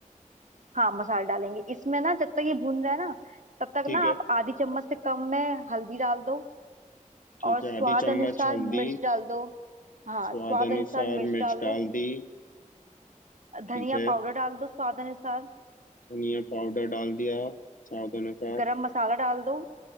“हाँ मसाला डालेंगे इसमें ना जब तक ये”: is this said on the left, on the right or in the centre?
Right